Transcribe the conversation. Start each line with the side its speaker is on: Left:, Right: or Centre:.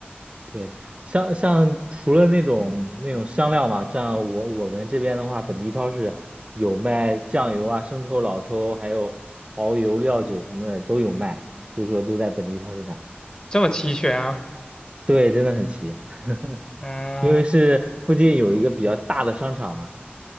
Right: 对，像像除了那种那种香料嘛，像我我们这边的话，本地超市有卖酱油啊、生抽、老抽，还有蚝油、料酒什么的都有卖，所以说都在本地超市买。
Left: 这么齐全啊？
Right: 对，真的很齐，<laughs>
Left: 嗯
Right: 因为是附近有一个比较大的商场嘛。